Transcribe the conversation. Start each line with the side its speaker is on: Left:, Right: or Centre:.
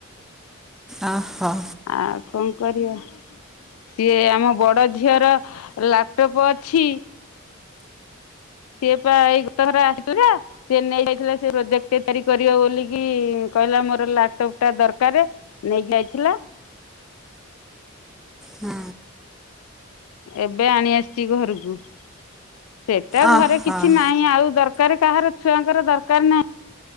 Centre: ଓ ହୋ।
Left: ଆଉ କଣ କରିବା? ସିଏ ଆମ ବଡ଼ ଝିଅର ଲାପଟପ୍ ଅଛି। ସିଏ ପା ଏଇ ଗତ ଥର ଆସିଥିଲା। ସିଏ ନେଇ ଯାଇଥିଲା ସେ ପ୍ରୋଜେକ୍ଟ <inaudible> କରିବ ବୋଲିକି କହିଲା ମୋର ଲାପଟପ୍ ଟା ଦରକାର। ନେଇକି ଯାଇଥିଲା।
Centre: ହଁ।
Left: ଏବେ ଆଣି ଆସିଛି ଘରକୁ। ସେଟା
Centre: ଓହୋ
Left: ଘରେ କିଛି ନାହିଁ ଆଉ ଦରକାର କାହାର ଛୁଆଙ୍କର ଦରକାର ନା